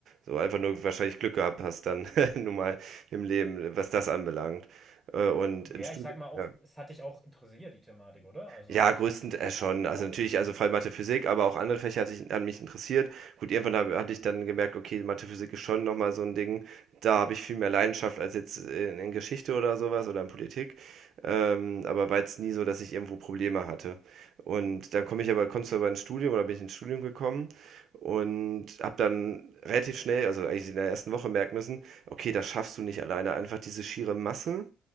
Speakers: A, on the right (about 70°); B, in the centre.
A: So einfach nur wahrscheinlich Glück gehabt hast dann <laughs> nun mal im Leben, was das anbelangt. Äh, und
B: Ja,
A: im Studium,
B: ich sag mal auch,
A: ja.
B: es hat dich auch interessiert, die Thematik, oder? Also,
A: Ja, größten äh,
B: der
A: schon.
B: spielt
A: Also
B: auch
A: natürlich, also vor allem Mathe, Physik, aber auch andere Fächer hatte ich, hat mich interessiert. Gut, irgendwann hab, hatte ich dann gemerkt, okay, Mathe, Physik ist schon nochmal so ein Ding. Da habe ich viel mehr Leidenschaft als jetzt in, in Geschichte oder sowas oder in Politik. Ähm, aber war jetzt nie so, dass ich irgendwo Probleme hatte. Und dann komme ich aber, kommst du aber ins Studium oder bin ich ins Studium gekommen und habe dann relativ schnell, also eigentlich in der ersten Woche merken müssen, okay, das schaffst du nicht alleine. Einfach diese schiere Masse